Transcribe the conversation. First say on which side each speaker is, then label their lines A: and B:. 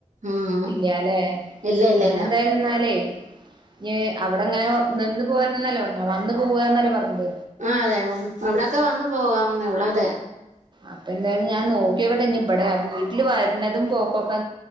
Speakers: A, on the right; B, on the right.
A: ഉം
B: ഇല്ലാല്ലേ
A: ഇല്ല ഇല്ല
B: ഞങ്ങളെന്തായാലുന്നാലേ
A: ഇല്ല
B: ഞേ അവിടങ്ങനെ നിന്ന്പോര്ണന്നല്ലേ പറഞ്ഞെ വന്ന് പോവാന്നല്ലേ പറീണ്ട്
A: ആഹ് അതെ വന്ന് അവിടെ ടൊക്കെ വന്നു പോഗാവുന്നേളളൂ അതെ
B: അപ്പൊ ന്തായാലും ഞാൻ നോക്കിയോക്കട്ടെ ഞ്ഞി ബടെ വീട്ടില് വര്ണതും പോക്കൊക്കെ